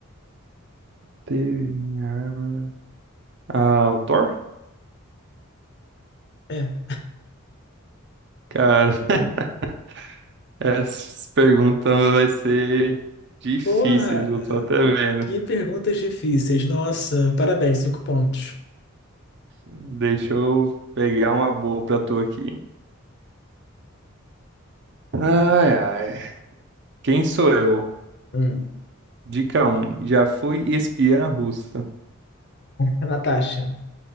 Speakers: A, on the right (about 55°); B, on the left (about 50°).
A: Teve minha arma. Ah, o Thor?
B: É.
A: Cara, <laughs> essas perguntas vai ser difíceis,
B: Porra!
A: eu tô até vendo.
B: Que perguntas difíceis. Nossa, parabéns, cinco pontos.
A: Deixa eu pegar uma boa pra tu aqui. Ai, ai. Quem sou eu?
B: Hum. <laughs>
A: Dica um. Já fui espiã russa.
B: Natasha.